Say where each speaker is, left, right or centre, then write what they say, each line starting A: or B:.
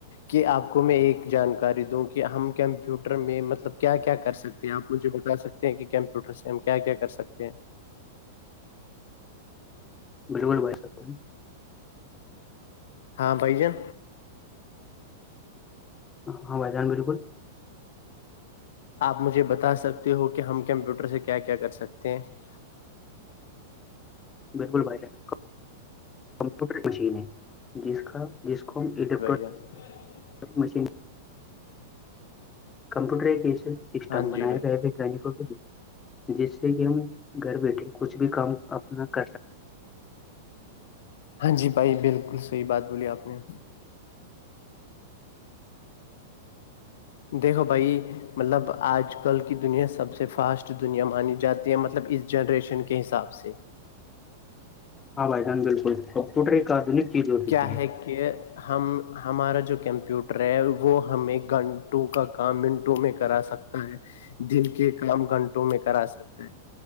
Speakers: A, on the left; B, on the left.
A: کہ آپ کو میں ایک جانکاری دوں کہ ہم کمپیوٹر میں مطلب کیا کیا کر سکتے آپ مجھے بتا سکتے ہیں کہ کمپیوٹر سے ہم کیا کیا کر سکتے ہیں
B: بالکل بھائ بتا سکتے ہیں
A: ہاں بھائی جان
B: ہاں بھائی جان بالکل
A: آپ مجھے بتا سکتے ہو کہ ہم کمپیوٹر سے کیا کیا کر سکتے ہیں
B: بالکل بھائی جان کمپیوٹر ایک مشین ہے جس کا جس کو ہم الیکٹرانک
A: ج
B: مشین کمپیوٹر ایک ایسے سسٹم
A: ہاں
B: بنائے
A: جی بھائی
B: گئے ویگانکوں کے لیے جس سے کہ ہم گھر بیٹھے کچھ بھی کام اپنا کر سکتے
A: ہاں جی بھائی بالکل صحیح بات بولی آپ نے دیکھو بھائی مطلب آج کل کی دنیا سب سے فاسٹ دنیا مانی جاتی ہے مطلب اس جنریشن کے حساب سے
B: ہاں بھائی جان بالکل کمپیوٹر ایک چیز ہو چکی
A: کیا ہے کہ ہم ہمارا جو کمپیوٹر ہے وہ ہمیں گھنٹوں کا کام منٹوں میں کرا سک تا ہے دن کے کام گھنٹوں میں کرا سکتا ہے